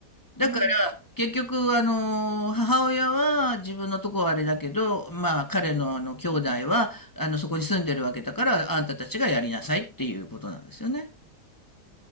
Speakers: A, on the left (about 15°); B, on the right (about 75°).
A: だから、
B: あ、うん。
A: 結局、あの、母親は自分のとこはあれだけど、まあ、彼のあの、兄弟は、
B: うん
A: あの、そこに住んでるわけだから、あんたたちがやりなさいっていうことなんですよね。